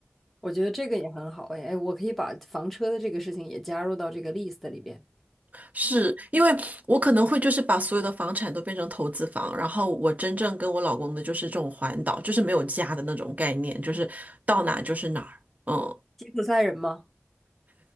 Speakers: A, in the centre; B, on the right.
A: 我觉得这个也很好哎，哎，我可以把房车的这个事情也加入到这个 list 里边。
B: 是因为我可能会就是把所有的房产都变成投资房，然后我真正跟我老公的就是这种环岛，就是没有家的那种概念，就是到哪就是哪儿。嗯，
A: 吉普赛人吗？